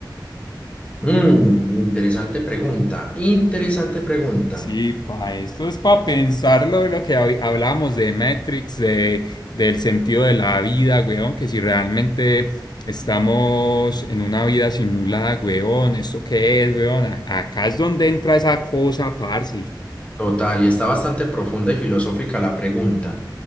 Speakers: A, on the left (about 15°); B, on the left (about 60°).
A: Mm, interesante pregunta, interesante pregunta.
B: Sí, pa, esto es para pensarlo, lo que hab- hablábamos de Matrix, de, del sentido de la vida, weón, que si realmente estamos en una vida simulada, weón, ¿esto qué es, weón? A- Acá es donde entra esa cosa, parce.
A: Total, y está bastante profunda y filosófica la pregunta.